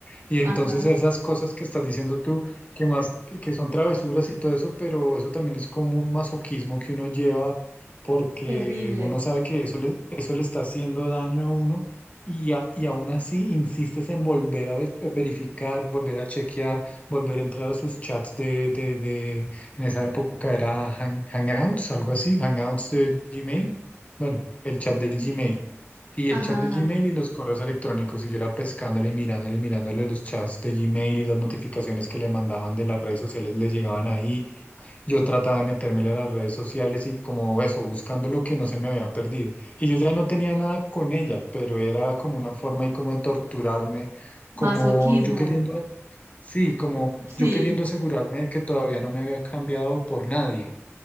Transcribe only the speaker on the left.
Y entonces
esas cosas que estás diciendo tú, que más, que, que son travesuras y todo eso, pero eso también es como un masoquismo que uno lleva porque
uno sabe que eso le, eso le está haciendo daño a uno y, a- y aún así insistes en volver a ve- verificar, volver a chequear, volver a entrar a sus chats de, de, de- en esa época era Hang- Hangouts, algo así, Hangouts de Gmail. Bueno, el chat
de Gmail.
Y
el chat de
Gmail y los correos electrónicos. Y yo era pescándole, y mirándole, y mirándole los chats de Gmail y las notificaciones que le mandaban de las redes sociales le llegaban ahí yo trataba de meterme a las redes sociales y como eso, buscando lo que no se me había perdido. Y yo ya no tenía nada con ella, pero era como una forma y como de torturarme,
como yo queriendo, a- sí, como
yo queriendo asegurarme de que todavía no me había cambiado por nadie,